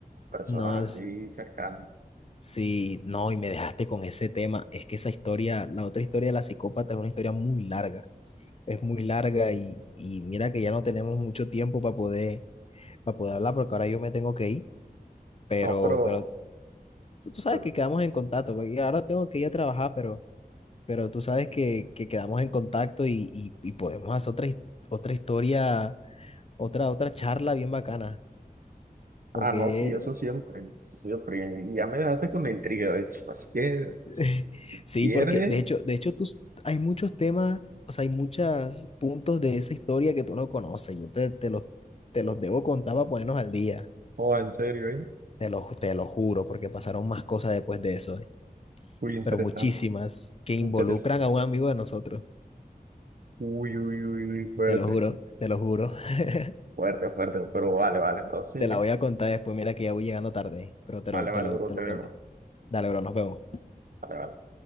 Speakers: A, on the right; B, on the left.
A: personas
B: No,
A: así
B: es-
A: cercanas.
B: sí, no, y me dejaste con ese tema. Es que esa historia, la otra historia de la psicópata es una historia muy larga. Es muy larga y, y mira que ya no tenemos mucho tiempo para poder, para poder hablar porque ahora yo me tengo que ir, pero,
A: No, pero,
B: pero tú, tú sabes
A: pero-
B: que quedamos en contacto. porque ahora tengo que ir a trabajar, pero, pero tú sabes que, que quedamos en contacto y, y, y podemos hacer otra, his- otra historia, otra, otra charla bien bacana,
A: ah,
B: porque
A: no, sí, eso siempre, eso siempre. Y ya me dejaste con la intriga, de hecho. Así que,
B: <laughs>
A: si si
B: Sí,
A: quieres,
B: porque de hecho, de hecho tú, s- hay muchos temas, o sea, hay muchos puntos de esa historia que tú no conoces. Yo te, te los, te los debo contar para ponernos al día.
A: o en serio, ¿eh?
B: Te lo, te lo juro, porque pasaron más cosas después de eso, ¿eh?
A: Muy interesante.
B: Pero muchísimas que involucran
A: Interesante.
B: a un amigo de nosotros.
A: Uy, uy, uy, uy, fuerte.
B: Te lo juro, te lo juro. <laughs>
A: Fuerte, fuerte. Pero vale, vale. Entonces,
B: Te la voy
A: sí.
B: a contar después. Mira que ya voy llegando tarde, ¿eh? pero te
A: vale,
B: lo,
A: vale,
B: te lo,
A: bro,
B: te
A: te
B: lo
A: dejo.
B: cuento. Dale, bro, nos vemos.
A: Vale, vale.